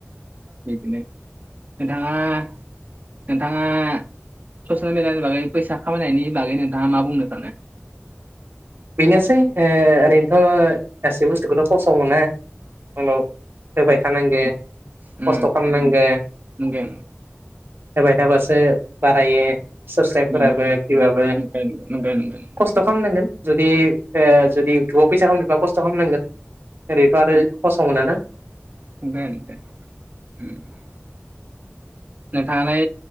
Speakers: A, on the right; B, on the right.
A: बिदिनो <unintelligible> नोंथाङा ससियेल मिडियानि बागै फैसा खामायनायनि बागै नोंथाङा मा बुंनो सानो?
B: बेनोसै ओ ओरैनोथ' गासै बुस्थुखौथ' खहस' मोना। हेलौ। होबाय थानांगो
A: उम
B: खस्थ' खालामनांगो
A: नंगौ
B: होबाय थाबासो बारायो साबसक्राइबफोराबो
A: नंगौ
B: भिउआबो ख'
A: नंगौ नंगौ नंगौ
B: खस्थ' खालामनांगोन जुदि जुदि इउटुबाव फैसा खालामनोबा खस्थ' खालामनांगोन ओरैथ' आरो फसं मोना ना
A: <inaudible> नोंथाङा